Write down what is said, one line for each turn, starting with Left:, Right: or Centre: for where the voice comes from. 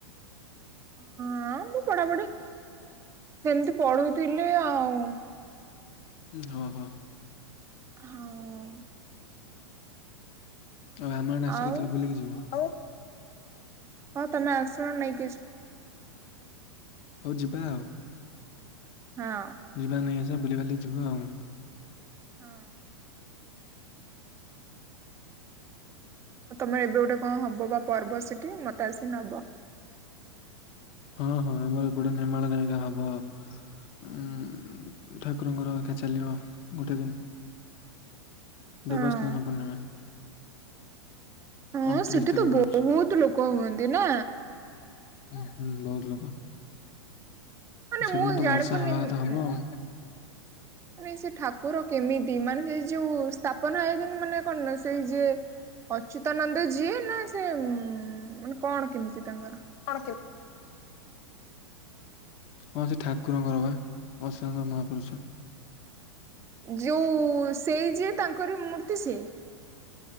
Right: ହଁ ମୁଁ ପଢାପଢି ସେମତି ପଢୁଥିଲି ଆଉ
Left: ହ ହ।
Right: ହଁ।
Left: ଆଉ ଆମ ଆଡ଼େ ଆସ
Right: ଆଉ
Left: କେତେବେଳେ ବୁଲିକି ଯିବ।
Right: ହଁ ତମେ ଆସୁନ ନେଇ
Left: ହଉ ଯିବା ଆଉ।
Right: ହଁ।
Left: ଯିବା ନେଇ ଆସିବା ବୁଲିିବାଲି ଯିବ ଆଉ।
Right: ହଁ। ତମେ ଏବେ ଗୋଟେ କଣ ହବ ବା ପର୍ବ ସେଠି ମତେ ଆସି ନବ।
Left: ହଁ ହଁ ଆମର ଏପଟେ ନିର୍ମାଳ ନାଇଗା ହବ। ଉଁ-ଉ-ଉ ଠାକୁରଙ୍କର ଏଇଖା ଚାଲିବ ଗୋଟେ ଦିନ।
Right: ହଁ।
Left: ଦେବସ୍ନାନ ପୂର୍ଣ୍ଣିମା।
Right: ହଁ
Left: ଅଣତିରିଶ
Right: ସେଠି
Left: ତାରିଖ
Right: ତ
Left: ପଡୁଛି।
Right: ବହୁତ ଲୋକ ହୁଅନ୍ତି ନା?
Left: ଉ ହୁଁ ବହୁତ ଲୋକ।
Right: ନା
Left: ସେଦିନ
Right: ମୁଁ ଏଇ
Left: ତ
Right: ଜାଣି
Left: ବର୍ଷା
Right: ପାରୁନି
Left: ହେବା କଥା
Right: ଉଁ-ଉଁ-ଉ
Left: ହବ ଆଉ
Right: ମାନେ ସେ ଠାକୁର କେମିତି, ମାନେ ସେ ଯୋଉ ସ୍ଥା ପନା ହେଇଛନ୍ତି ମାନେ କଣ ନା ସେଇ ଯିଏ ଅଚ୍ୟୁତାନନ୍ଦ ଯିଏ ନା ସେ ଉଁ-ଉ-ଉ-ଉ ମାନେ କଣ କେମିତି ତାଙ୍କର?
Left: କଣ କେମ୍ ହଁ ସେ ଠାକୁରଙ୍କର ବା ଅସ୍ୟୁନ ମହାପୁରୁଷ।
Right: ଯୋଉ-ଉ-ଉ-ଉ ସେଇ ଯିଏ ତାଙ୍କର ମୂର୍ତ୍ତି ସିଏ?